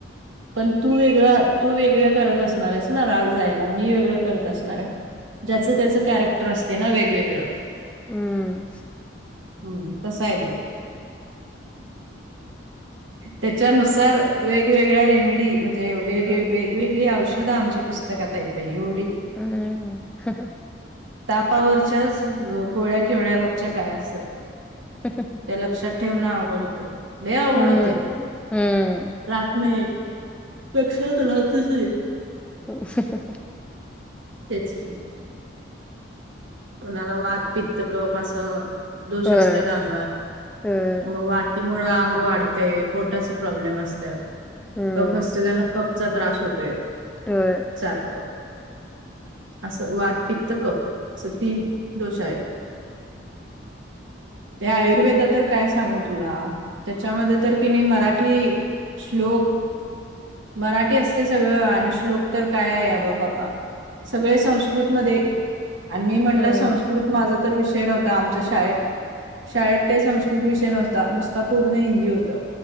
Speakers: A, on the right (about 75°); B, in the centre.
A: पण तू वेगळा तू वेगळ्या करत असणार आहेस ना राग जायला मी वेगळं करत असणार आहे. ज्याचं त्याचं कॅरेक्टर असते ना वेगवेगळं.
B: हम्म.
A: हम्म तसा आहे तेव. त्याच्यानुसार वेगवेगळ्या रेमे म्हणजे वेग
B: हम्म
A: वेगवेगळी औषधं आहे आमच्या पुस्तकात आहेत बाई एवढी.
B: हम्म हम्म.
A: तापावरच्याच गोळ्या केेवड्या वागचक काय असतात.
B: <unintelligible>
A: हे लक्षात ठेवून अवघड होते लय अवघड
B: हम्म
A: होते
B: हम्म
A: राहत नाय. लक्षात राहतच नाही.
B: <unintelligible>
A: तेच की कोणाला वात, पित्त, कफ असं दोष
B: होय
A: असत्यात अंगात
B: होय
A: म वात ती मुळे आंग वाढते पोटाचा प्रॉब्लेम असत्यात
B: हम्म
A: कप असते त्याने कप चा त्रास होतोय.
B: होय.
A: सारखं असं वात, पित्त, कप असं तीन दोष आहेत. ते आयुर्वेदा तर काय सांगू तुला त्याच्यामध्ये तर कि नाही मराठी श्लोक मराठी असते सगळं आणि श्लोक तर काय आहे आबा बापा. सगळे संस्कृतमध्ये. आणि मी म्हटलं
B: हम्म
A: संस्कृत माझा तर विषय नव्हता आमच्या शाळेत. शाळेत काही संस्कृत विषय नव्हता नुसता पूर्ण हिंदी होतं.